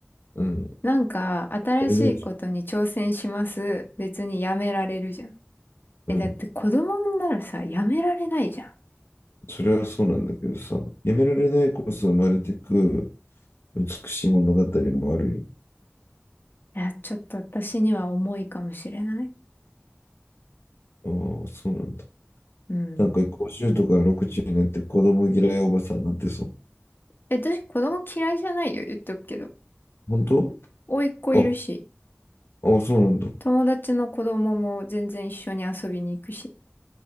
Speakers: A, on the left; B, on the left.
A: うん。
B: なんか、新しいことに挑戦します。
A: あれで、
B: 別にやめられるじゃん。
A: うん。
B: え、だって子供産んだらさ、やめられないじゃん。
A: それはそうなんだけどさ、やめられないこそ生まれてく美しい物語もある
B: いや、ちょっと私には重いかもしれない。
A: よ。ああ、そうなんだ。
B: うん。
A: なんか50とか60になって子供嫌いおばさんになってそう。
B: え、私子供嫌いじゃないよ、言っとくけど。
A: 本当
B: 甥っ子いるし、
A: あ、あ、そうなんだ。
B: 友達の子供も全然一緒に遊びに行くし。